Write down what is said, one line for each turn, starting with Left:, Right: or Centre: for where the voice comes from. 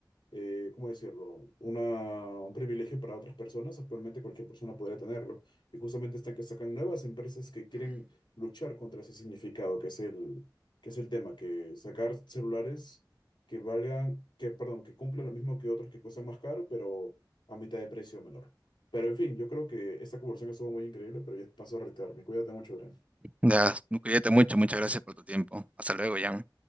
Left: eh, ¿cómo decirlo? Una, un privilegio para otras personas. Actualmente cualquier persona podría tenerlo. Y justamente están que sacan nuevas empresas que quieren luchar contra ese significado, que es el, que es el tema, que sacar celulares que valgan, que, perdón, que cumplan lo mismo que otros que cuestan más caro, pero a mitad de precio menor. Pero en fin, yo creo que esta conversación estuvo muy increíble, pero yo paso a retirarme. Cuídate mucho, Adrián.
Right: Ya, cuídate mucho, muchas gracias por tu tiempo. Hasta luego, Jan.